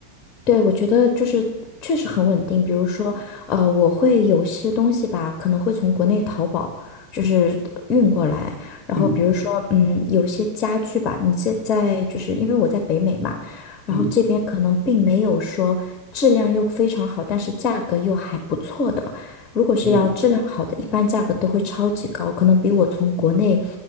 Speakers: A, on the left; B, in the centre.
A: 对，我觉得就是确实很稳定。比如说，呃，我会有些东西吧，可能会从国内淘宝就是呃运过来。然后比如说，
B: 嗯
A: 嗯，有些家具吧，你现在就是因为我在北美嘛，然后这边可能并没有说质量又非常好，
B: 嗯
A: 但是价格又还不错的。如果是要质量好的，
B: 嗯。
A: 一般价格都会超级高，可能比我从国内